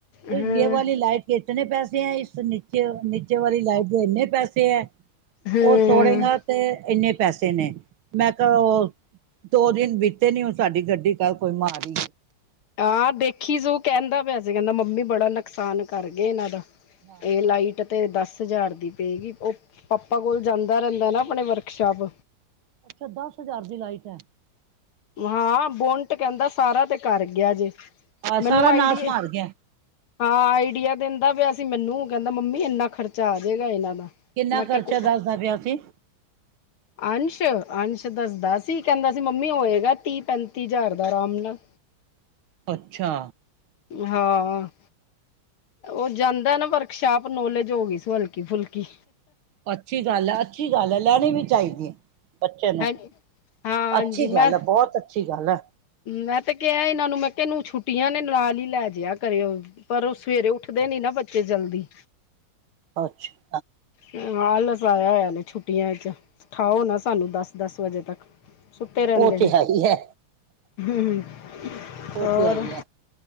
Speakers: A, on the right; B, on the left.
A: ਪੁਂਜੇ
B: ਹਮ
A: ਵਾਲੀ ਲਾਈਟ ਕਿਤਨੇ ਪੈਸੇ ਐ ਇਸ ਨੀਚੇ-ਨੀਚੇ ਵਾਲੀ ਲਾਈਟ ਦੇ ਏਨੇ ਪੈਸੇ ਐ,
B: ਹਮ
A: ਓ ਤੋੜੇਗਾਂ ਤੇ ਏਨੇ ਪੈਸੇ ਨੇ, ਮੈਂ ਕ ਓ ਦੋ ਦਿਨ ਬੀਤੇ ਨੀ ਓ ਸਾਡੀ ਗੱਡੀ ਕੱਲ ਕੋਈ ਮਾਰੀ
B: ਹਾਂ ਦੇਖੀ ਸੁ ਕੈਂਦਾ ਪਿਆ ਸੀ ਕੈਂਦਾ ਮੰਮੀ ਬੜਾ ਨੁਕਸਾਨ ਕਰ ਗਏ ਏਨਾਂ ਦਾ
A: ਹਾਂ
B: ਏ ਲਾਈਟ ਤੇ ਦਸ ਹਜ਼ਾਰ ਦੀ ਪਏਗੀ ਓ ਪਾਪਾ ਕੋਲ ਜਾਂਦਾ ਰੈਂਦਾ ਨਾ ਅਪਣੇ ਵਰਕਸ਼ਾਪ
A: ਅੱਛਾ ਦਸ ਹਜ਼ਾਰ ਦੀ ਲਾਈਟ ਐ।
B: ਹਾਂ ਬੋਂਟ ਕੈਂਦਾ ਸਾਰਾ ਤੇ ਕਰ ਗਿਆ ਜੇ
A: ਆਹ
B: ਮੈਨੂੰ
A: ਸਾਰਾ
B: ਆਈਡੀ
A: ਨਾਸ
B: ਏ।
A: ਮਾਰ ਗਿਆ
B: ਹਾਂ ਆਈਡੀਆ ਦਿੰਦਾ ਪਿਆ ਸੀ ਮੈਨੂੰ ਕੈਂਦਾ ਮੰਮੀ ਏਨਾਂ ਖਰਚਾ ਆ ਜਾਏਗਾ ਏਹਨਾਂ ਦਾ
A: ਕਿੰਨਾ
B: ਮੈਂ ਕਿਹਾ
A: ਖਰਚਾ ਦੱਸਦਾ ਪਿਆ ਸੀ?
B: ਅੰਸ਼, ਅੰਸ਼ ਦੱਸਦਾ ਸੀ ਕੈਂਦਾ ਸੀ ਮੰਮੀ ਓਏ ਗਾ ਤੀ-ਪੈਂਤੀ ਹਜ਼ਾਰ ਦਾ ਆਰਾਮ ਨਾਲ
A: ਅੱਛਾ।
B: ਹਾਂ ਆਂ। ਓਹ ਜਾਂਦਾ ਨਾ ਵਰਕਸ਼ਾਪ ਨੋਲੇਜ ਹੋ ਗਈ ਸੀ ਹਲਕੀ-ਫੁਲਕੀ
A: ਅੱਛੀ ਗੱਲ ਐ-ਅੱਛੀ ਗੱਲ ਐ ਲੈਣੀ ਵੀ ਚਾਈਦੀ ਏ। ਬੱਚੇ ਨੂੰ,
B: ਹਾਂ ਹਾਂਜੀ
A: ਅੱਛੀ
B: ਮੈਂ
A: ਗੱਲ ਐ ਬੋਤ ਅੱਛੀ ਗੱਲ ਐ।
B: ਮੈਂ ਤੇ ਕੇਆ ਏਨਾਂ ਨੂੰ ਮੈਂ ਕੇਆ ਏਨੂੰ ਛੁੱਟੀਆਂ ਨੇ ਨਾਲ ਈ ਲੈ ਜੇਆ ਕਰੇ ਓ। ਪਰ ਓ ਸਵੇਰੇ ਉਠਦੇ ਨੀ ਨਾ ਬੱਚੇ ਜਲਦੀ
A: ਅੱਛਾ।
B: ਨਾਂ ਲਖਵਾਇਆ ਹੋਇਆ ਨੇ ਛੁੱਟੀਆਂ 'ਚ, ਠਾਓ ਨਾ ਸਾਨੂੰ ਦਸ-ਦਸ ਵਜੇ ਤੱਕ। ਸੁੱਤੇ ਰਹਿੰਦੇ
A: ਓਹ 'ਤੇ
B: ਨੇ
A: ਹੈ ਈ ਐ।
B: ਹੂੰ,
A: ਉਹ
B: ਹੋਰ।
A: ਤੇ ਹੈ ਹੀ ਹੈ।